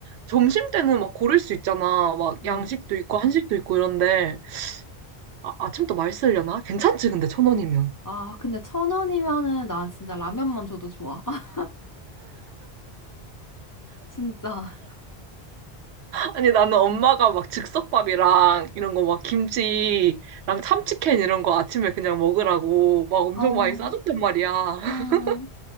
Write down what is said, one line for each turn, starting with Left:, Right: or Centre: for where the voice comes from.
Right: 점심 때는 막 고를 수 있잖아. 막
Left: 응.
Right: 양식도 있고, 한식도 있고 이런데, 아, 아침도 맛있으려나? 괜찮지, 근데 천 원이면.
Left: 아, 근데 천 원이면은 난 진짜 라면만 줘도 좋아. <laughs> 진짜.
Right: 아니, 나는 엄마가 막 즉석밥이랑 이런 거 막 김치랑 참치캔 이런 거 아침에 그냥 먹으라고 막 엄청
Left: 어,
Right: 많이 싸줬단 말이야. <laughs>
Left: 음.